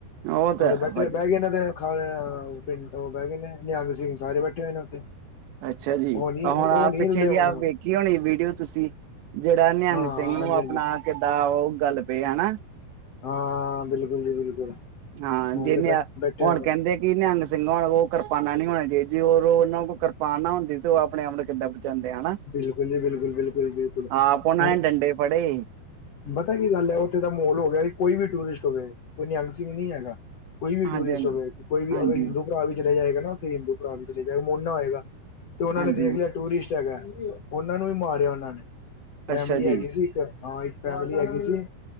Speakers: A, on the right; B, on the left.
A: ਉਹ ਤਾਂ
B: ਊਦੇ
A: ਹੈ
B: ਬੈਠੇ
A: ਭਾਜੀ
B: ਬਹਿ ਗੇ ਨਾਂ ਉਹ ਬਹਿ ਗਏ ਨੇ ਨਿਹੰਗ ਸਿੰਘ ਸਾਰੇ ਬੈਠੇ ਹੋਏ ਨੇ ਉੱਥੇ।
A: ਅੱਛਾ ਜੀ,
B: ਉਹ ਨੀ
A: ਹੁਣ
B: ਉਹ
A: ਆਪ
B: ਨੀ
A: ਪਿੱਛੇ
B: ਹਿਲਦੇ
A: ਜੀ
B: ਹੁਣ
A: ਆਪ
B: ਹਾਂ
A: ਵੇਖੀ ਹੋਣੀ ਵੀਡੀਓ ਤੁਸੀਂ। ਜਿਹੜਾ ਨਿਹੰਗ
B: ਹਾਂ
A: ਸਿੰਘ ਨੂੰ
B: ਹਾਂਜੀ
A: ਆਪਣਾ
B: ਹਾਂਜੀ
A: ਕਿੱਦਾਂ ਉਹ ਗੱਲ ਪਏ ਹੇਨਾ।
B: ਹਾਂ ਬਿਲਕੁਲ ਜੀ ਬਿਲਕੁਲ।
A: ਆਂ,
B: ਹੁਣ
A: ਜੇ
B: ਤੇ
A: ਨ
B: ਬੈ ਬੈਠੇ
A: ਹੁਣ
B: ਹੋਏ
A: ਕਹਿੰਦੇ
B: ਨੇ
A: ਕਿ ਨਿਹੰਗ ਸਿੰਘ ਹੋਣਾ ਉਹ ਕਿਰਪਾਨਾ ਨੀ ਹੋਣਾ ਜੀ ਉੰ ਰੋ ਨਾ ਕੋਲ ਕਿਰਪਾਨ ਨਾ ਹੁੰਦੀ ਤੇ ਉਹ ਅਪ ਆਪਣੇ ਆਪ ਨੂੰ ਕਿਦਾ ਬਚਾਂਦੇ ਹਨਾ,
B: ਬਿਲਕੁਲ ਜੀ ਬਿਲਕੁਲ ਬਿਲਕੁਲ ਬਿਲਕੁਲ
A: ਆਪ ਉਹਨਾਂ
B: ਹੁਣ
A: ਨੇ ਡੰਡੇ ਫੜੇ
B: ਪਤਾ ਕੀ ਗੱਲ ਐ, ਉੱਥੇ ਦਾ ਮਾਹੌਲ ਹੋ ਗਿਆ ਕੋਈ ਵੀ ਟੂਰਿਸਟ ਹੋਵੇ ਕੋਈ ਨਿਯੰਗ ਸਿੰਘ ਨੀ ਹੈਗਾ ਕੋਈ ਵੀ
A: ਹਾਂਜੀ
B: ਟੂਰਿਸਟ
A: ਹਾਂਜੀ
B: ਹੋਵੇ, ਕੋਈ ਵੀ
A: ਹਾਂਜੀ
B: ਅਗਰ ਹਿੰਦੂ ਪਰਾ ਵੀ ਚਲਾ ਜਾਏਗਾ ਨਾ, ਉੱਥੇ ਹਿੰਦੂ ਪਰਾ ਵੀ ਚਲੇ ਜਾਏਗਾ ਮੋਨਾ ਹੋਏਗਾ। ਤੇ ਉਹਨਾਂ
A: ਹਾਂਜੀ
B: ਨੇ ਦੇਖ ਲਿਆ ਟੂਰਿਸਟ ਹੈਗਾ ਉਹਨਾਂ ਨੂੰ ਵੀ ਮਾਰਿਆ ਉਹਨਾਂ ਨੇ। ਫੈਮਲੀ
A: ਅੱਛਾ ਜੀ
B: ਹੈਗੀ ਸੀ ਇੱਕ ਹਾਂ ਇਕ ਫੈਮਲੀ ਹੈਗੀ ਸੀ,